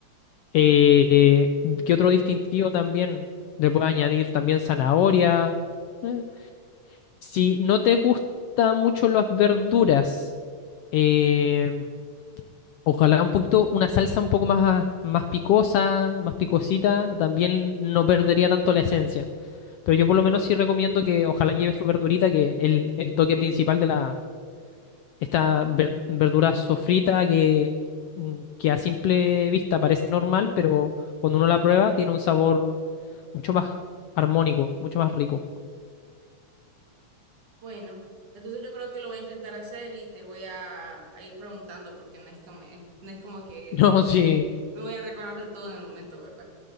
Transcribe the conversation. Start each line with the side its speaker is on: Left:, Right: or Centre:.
Left: Eh, eh, ¿qué otro distintivo también le puede añadir? También zanahoria. eh, Si no te gustan mucho las verduras, eh, ojalá un poquito, una salsa un poco más, más picosa, más picosita, también no perdería tanto la esencia. Pero yo por lo menos sí recomiendo que ojalá lleve su verdurita, que es el, el toque principal de la, esta ver- verdura sofrita que, que a simple vista parece normal, pero cuando uno la prueba tiene un sabor mucho más armónico, mucho más rico. <laughs>
Right: Bueno, entonces yo creo que lo voy a intentar hacer y te voy a, a ir preguntando porque no es como, eh, no es como que
Left: No, sí.
Right: me voy a recordar de todo en el momento, ¿verdad?